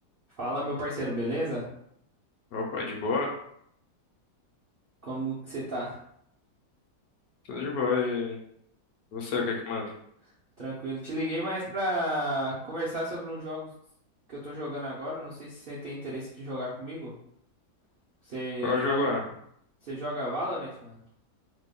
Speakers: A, on the right; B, on the left.
A: Fala, meu parceiro, beleza?
B: Opa, de boa?
A: Como que você tá?
B: Tudo de boa. E você,
A: Tô
B: o que que manda?
A: tranquilo. Te liguei mais pra conversar sobre uns jogos que eu tô jogando agora. Não sei se você tem interesse de jogar comigo. Você
B: Qual
A: joga,
B: jogo é?
A: você joga Valorant, mano?